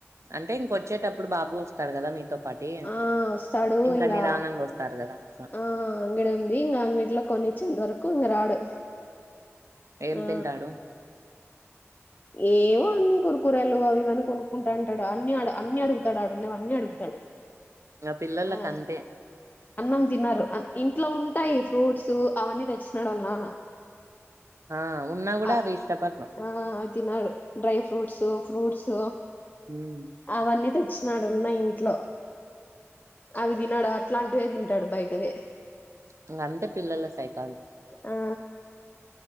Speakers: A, on the right (about 80°); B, on the left (about 35°).
A: అంటే ఇంకొచ్చేటప్పుడు బాబు వస్తాడు కదా మీతో పాటి
B: ఆ వస్తాడు
A: ఇంక
B: ఇంగా
A: మీరు ఆనంగా వస్తారు కదా అట్లా
B: ఆ అంగడి ఉంది ఇంగా అంగట్లో కొనిచ్చేంత వరకు ఇంగ రాడు
A: ఏం
B: ఆ
A: తింటాడు
B: ఏవో అన్ని కురకురేలు అవి ఇవి అని కొనుక్కుంటాండు అన్ని ఆడ అన్ని అడుగుతాడు ఆడ ఉన్నవన్ని అడుగు
A: పిల్లోల్లకి
B: ఆ
A: అంతే
B: అన్నం తిన్నారు అ ఇంట్లో ఉన్ టాయి ఫ్రూట్స్ అవన్నీ తెచ్చినాడు వాళ్ళ నాన్న
A: ఆ ఉన్నా కూడా
B: ఆ
A: అవి ఇష్టపడరు
B: ఆ తినడు డ్రై ఫ్రూట్స్ ఫ్రూట్స్
A: హ్మ్
B: అవన్నీ తెచ్ డు ఉన్నా ఇంట్లో అవి తినడు అట్లాంటివే తింటాడు బయటవే
A: ఇంగ అంతే పిల్లల సైకాలజీ
B: ఆ